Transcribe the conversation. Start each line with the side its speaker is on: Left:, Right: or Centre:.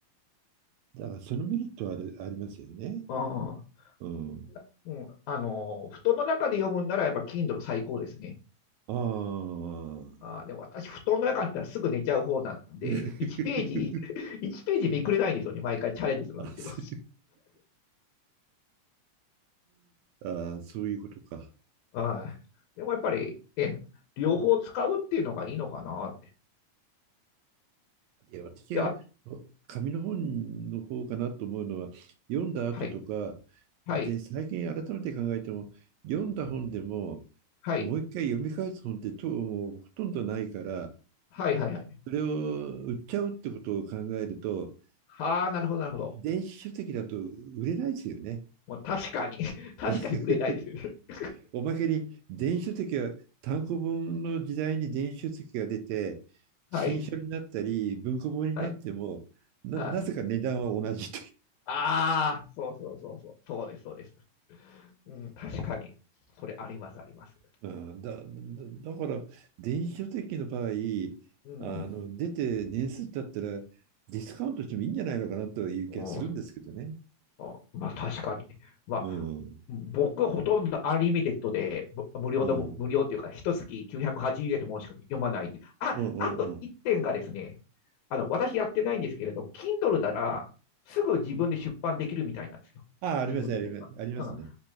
Right: だからそのメリットはある、ありますよね。
Left: ああ。
Right: うん。
Left: うん、あの、布団の中で読むんならやっぱ Kindle 最高ですね。
Right: ああ。
Left: あー、でも私、布団の中だったらすぐ寝ちゃう方なんで、
Right: <laughs>
Left: 1ページ、<laughs> 1ページ見くれないんですよね。毎回チャレンジするんですけど。
Right: あ、す <laughs> あーそういうことか。
Left: はい。でもやっぱり、ね、両方使うっていうのがいいのかなって。
Right: いや、私は
Left: で、あ、
Right: 紙の本の方かなと思うのは、読んだ後とか、
Left: はい、はい、
Right: で、最近改めて考えても、読んだ本でも、
Left: はい、
Right: もう一回読み返す本ってともうほとんどないから、
Left: はい、はい、はい。
Right: それを売っちゃうってことを考えると、
Left: はあ、なるほど、なるほど。
Right: 電子書籍だと売れないですよね。
Left: もう確かに、<laughs> 確かに売れないですよね。
Right: <laughs>
Left: <laughs>
Right: おまけに電子書籍は単行本の時代に電子書籍が出て、新書になったり文庫本になってもな、
Left: はい、はい、はい。
Right: なぜか値段は同じ
Left: ああ、そうそうそうそう。そうです、そうです。うん、確かに。それあります、あります。
Right: うん、だ、だ、だから電子書籍の場合
Left: うん。
Right: あの出て年数経ったらディスカウントしてもいいんじゃないのかなという気がするんですけどね。
Left: うんあまあ、確かに。まあ、
Right: うん、うん、
Left: 僕はほとんどアンリミテッドで、ぼ無料のぼ、
Right: うん、
Left: 無料というか、一月980円のものしか読まないんで。あ、
Right: うん、
Left: あと1点がですね、
Right: うん。
Left: あの、私やってないんですけれど、Kindle なら、すぐ自分で出版できるみたいなんですよ。
Right: ああ、あります、
Left: 自分で本が。
Right: あります、ありますね。
Left: うん。